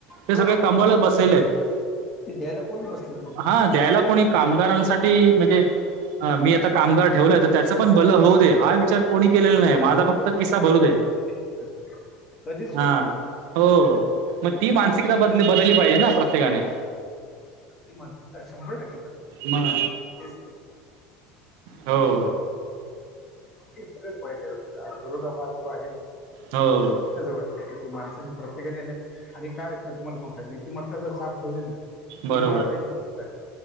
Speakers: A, on the right; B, on the left.
A: ते
B: हो
A: सगळे कमवालाच बसलेले आहेत
B: ते द्यायला कोणी बसलेलं नाही
A: हा द्यायला कोणी कामगारांसाठी म्हणजे मी आता कामगार ठेवलाय तर त्याच पण भलं होऊ दे हा विचार कोणी केलेला नाही
B: कधी
A: माझा फक्त किसा
B: कधीच
A: भरू
B: होत
A: दे.
B: असं कधीच होत
A: हा
B: नाही.
A: हो मग ती मानसिकता बदली बदलली पाहिजे ना प्रत्येकाने.
B: हि मानसिकता शंभर टक्के बदली पाहिजेत.
A: मग हो.
B: ते सगळच माहित आहे सगळ विरोधापास तो आहे ना
A: हो.
B: त्याच वाईट वाटतं की माणसांनी प्रत्येकाने येणं आणि काय असं तुम्हाला सांगू का नीतिमत्ता जर साफ ठेवली ना
A: बरोबर
B: मी माझाही मी तुझा